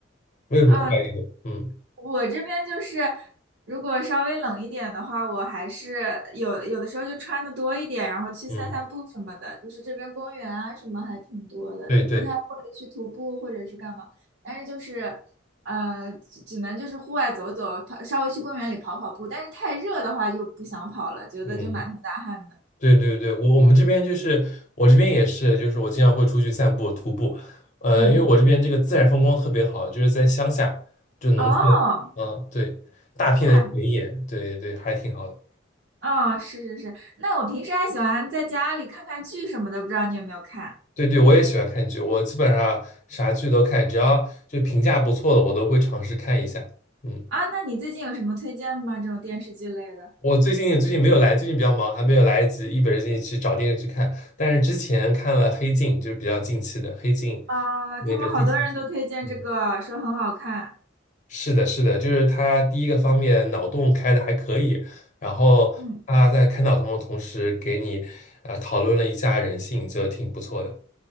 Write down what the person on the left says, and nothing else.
没有什么户外运动。
嗯
嗯，
对对，
嗯。对对对，我我们这边就是我这边也是，就是我经常会出去散步、徒步，呃，
因为我这边这个自然风光特别好，就是在乡下，就农村，
啊，对，大片的田野，
对对，还挺好的。
对对，我也喜欢看剧，我基本上啥剧都看，只要就评价不错的，我都会尝试看一下。嗯，
我最近最近没有来，最近比较忙，还没有来得及一本正经去找电视剧看，但是之前看了《黑镜》，就是比较近期的《黑镜》
那个第七集。
嗯。
是的，是的，就是他第一个方面脑洞开的还可以，然后他在开脑洞的同时给你啊、
呃讨论了一下人性，就挺不错的。